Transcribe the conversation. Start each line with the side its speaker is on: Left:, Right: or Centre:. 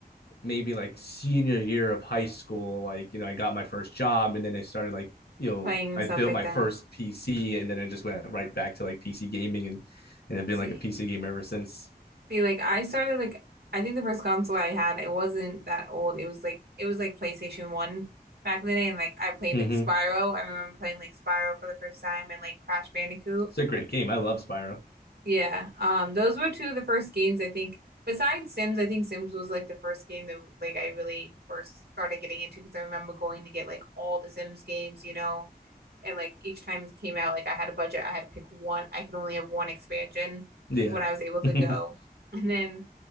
Left: maybe like senior year of high school. Like, you know, I got my first job and then I started like, you know,
Right: Playing
Left: I
Right: and stuff
Left: built
Right: like
Left: my
Right: that.
Left: first PC and then I just went right back to like PC gaming and and I've been
Right: See,
Left: like a PC gamer ever since.
Right: see, like I started like I think the first console I had, it wasn't that old. It was like it was like PlayStation 1 back in the day and like I played
Left: Mm-hmm.
Right: like Spyro. I remember playing like Spyro for the first time and like Crash Bandicoot.
Left: It's a great game. I love Spyro.
Right: Yeah, um, those were two of the first games I think. Besides Sims, I think Sims was like the first game that like I really first started getting into because I remember going to get like all the Sims games, you know, and like each time it came out, like I had a budget, I had to pick one. I could only have one expansion
Left: Yeah.
Right: when I was able to
Left: <laughs>
Right: go,
Left: oh,
Right: and then